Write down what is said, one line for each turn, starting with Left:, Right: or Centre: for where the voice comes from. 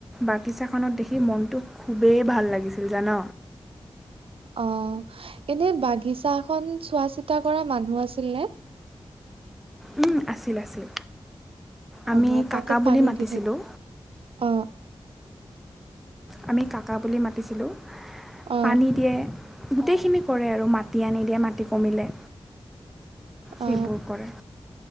Centre: বাগিচাখনত দেখি মনটো খুবেই ভাল লাগিছিল জান।
Right: অ এনে বাগিচাখন চোৱা চিতা কৰা মানুহ আছিল নে?
Centre: ও আছিল আছিল। আমি
Right: আহ তাতে
Centre: কাকা বুলি
Right: পানী
Centre: মাতিছিলোঁ
Right: দি থাকি আহ।
Centre: আমি কাকা বুলি মাতিছিলোঁ।
Right: অ
Centre: পানী দিয়ে গোটেইখিনি কৰে আৰু মাটি আনি দিয়ে মাটি কমিলে সেইবোৰ
Right: অ
Centre: কৰে